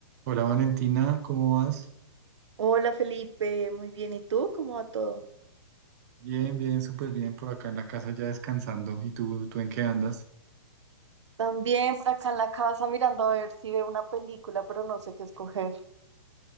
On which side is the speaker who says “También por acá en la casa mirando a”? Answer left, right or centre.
Right